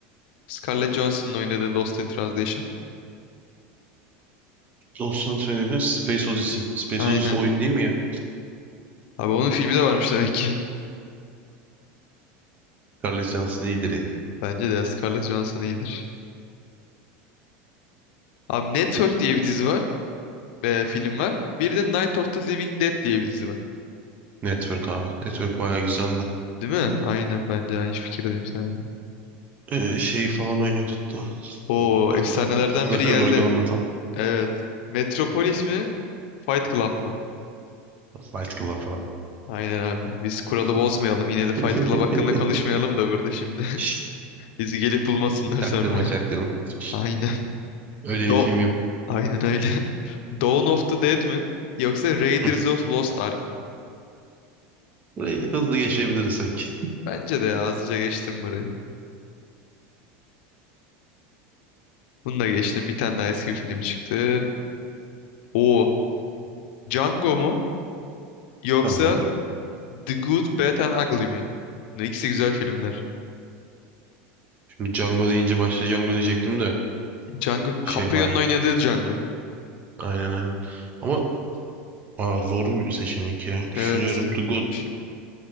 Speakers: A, on the left; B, on the right.
A: Scarlett Johansson'ın oynadığı Lost in Translation.
B: Olsun söyleyeceğim. Space Odyssey. Space
A: Aynen.
B: Odyssey oyun değil mi ya?
A: Abi onun filmi de varmış demek ki.
B: Scarlett Johansson iyidir yani.
A: <laughs> Bence de Scarlett Johansson iyidir. Abi Network diye bir dizi var. E, film var. Bir de Night of the Living Dead diye bir dizi var.
B: Network abi. Network bayağı güzeldi.
A: Değil mi? Aynen ben de aynı fikirdeyim seninle.
B: Ee, şeyi falan oynuyordu hatta.
A: Oo
B: <laughs>
A: efsanelerden
B: Zuckerberg'i
A: biri geldi.
B: anlatan.
A: Evet. Metropolis mi? Fight Club mı?
B: Fight Club abi.
A: Aynen abi. Biz kuralı bozmayalım. Yine
B: <laughs>
A: de Fight Club hakkında konuşmayalım da burada şimdi.
B: Şşt,
A: <laughs> Bizi gelip bulmasınlar
B: Çaktırma
A: sonra.
B: çaktırma.
A: <laughs>
B: Şşt,
A: Aynen.
B: Öyle
A: Do
B: bir film yok.
A: Aynen öyle. <laughs> Dawn of the Dead mi? Yoksa Raiders
B: Hı.
A: of Lost Ark mı?
B: Burayı hızlı geçebiliriz sanki.
A: Bence de ya, azıca geçtim burayı. Bunu da geçtim. Bir tane daha eski bir film çıktı. O Django mu? Yoksa
B: Tamam.
A: The Good, Bad and Ugly mi? Bunlar ikisi güzel filmler.
B: Şimdi Django deyince başta Django diyecektim de
A: Django,
B: şey
A: Caprio'nun
B: bayağı.
A: oynadığı Django.
B: Aynen aynen. Ama aa, zor bir seçenek ya. Düşünüyorum.
A: Evet.
B: The Good.
A: Şi-